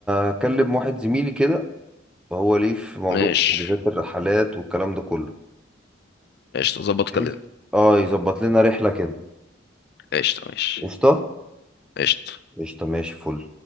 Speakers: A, in the centre; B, on the left.
A: اكلم واحد زميلي كده وهو ليه في موضوع
B: ماشي
A: حجوزات الرحلات والكلام ده كله
B: قشطة ظبط كلمني
A: بحيث اه يظبط لنا رحلة كده
B: قشطة ماشي
A: قشطة
B: قشطة
A: قشطة ماشي فل